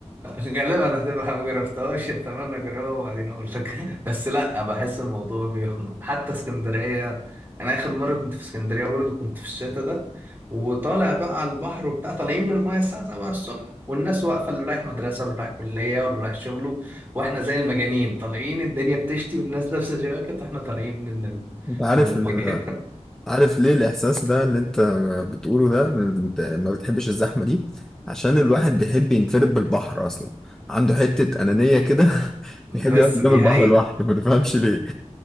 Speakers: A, on the right; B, in the centre.
A: غالبا هتبقى ما جربتهاش اتمنى اجربها وبعدين اقول لك بس لا بحس الموضوع بيخنق حتى اسكندريه انا اخر مره كنت في اسكندريه برضه كنت في الشتا ده وطالع بقى على البحر وبتاع طالعين من المايه الساعه 7 الصبح والناس واقفه اللي رايح مدرسه واللي رايح كليه واللي رايح شغله واحنا زي المجانين طالعين الدنيا بتشتي والناس لابسه جواكت واحنا طالعين من ال...
B: <laughs> انت عارف
A: من المايه
B: ان عارف ليه الاحساس ده اللي انت بتقوله ده انت ما بتحبش الزحمه دي عشان الواحد بيحب ينفرد بالبحر اصلا عنده حته انانيه كده <laughs>
A: <laughs>
B: بيحب
A: بس
B: يقعد قدام
A: دي
B: البحر
A: حقيقة
B: لوحده ما تفهمش ليه